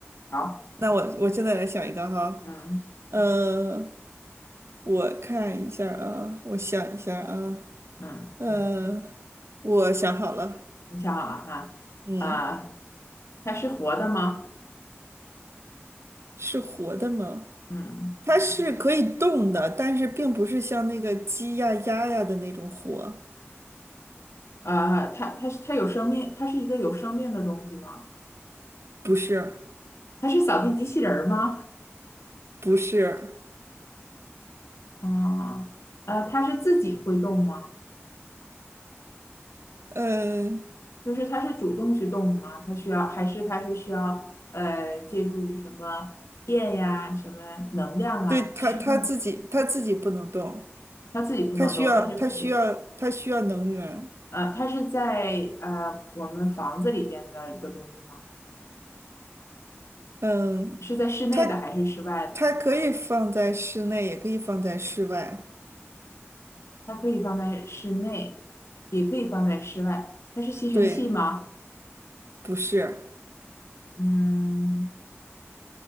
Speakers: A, on the left (about 70°); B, on the right (about 65°).
A: 好，
B: 那我我现在来想一个哈，
A: 嗯
B: 嗯、我看一下啊，我想一下啊，
A: 嗯，
B: 嗯、我想好了，
A: 你想好了哈？
B: 嗯，
A: 啊，它是活的吗？
B: 是活的吗？
A: 嗯，
B: 它是可以动的，但是并不是像那个鸡呀、鸭呀的那种火，
A: 啊，它它是它有生命，它是一个有生命的东西吗？
B: 不是，
A: 它是扫地机器人儿吗？
B: 不是，
A: 嗯，呃，它是自己会动吗？
B: 嗯，
A: 就是它是主动去动吗？它需要还是它是需要呃借助于什么电呀、什么能量啊驱动？
B: 对，它它自己它自己不能动，
A: 它自己不能动，
B: 它需要它哦需要它需要能源，
A: 但是可以。呃，它是在呃我们房子里边的一个东西吗？
B: 嗯，
A: 是在室内的还是室外的？
B: 它它可以放在室内，也可以放在室外，
A: 它可以放在室内，也可以放在室外。它是吸尘器吗？
B: 对，不是，
A: 嗯，